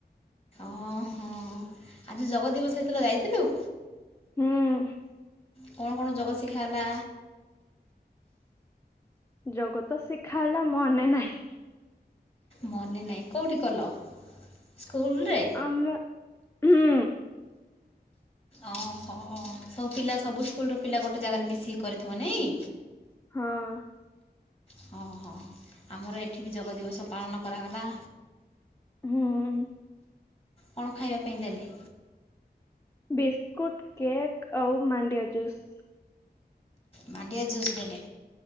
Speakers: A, on the left; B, on the left.
A: ଓଁ ହଁ ଆଜି ଜଗ ଦିବସ ଏତେବେଳେ ଯାଇଥିଲୁ?
B: ହୁଁ
A: କଣ କଣ ଯୋଗ ଶିଖା ହେଲ?
B: ଜଗତ ଶିଖା ହେଲା ମନେ ନାହିଁ।
A: ମନେ ନାଇଁ କୋଉଠି କଲ? ସ୍କୁଲରେ?
B: ଆମେ ହୁଁ
A: ଓହୋ ସବୁ ପିଲା ସବୁ ସ୍କୁଲର ପିଲା ଗୋଟେ ଜାଗାରେ ମିଶିକି କରିଥିବ ନାଇଁ?
B: ହଁ
A: ହଁ ହଁ ଆମର ଏଠି ବି ଯୋଗ ଦିବସ ପାଳନ କରାଗଲା।
B: ହୁଁ
A: କଣ ଖାଇବା ପାଇଁ ଦେଲେ?
B: ବିସ୍କୁଟ୍ କେକ୍ ଆଉ ମାଣ୍ଡିଆ ଜୁସ୍।
A: ମାଣ୍ଡିଆ ଜୁସ୍ ଦେଲେ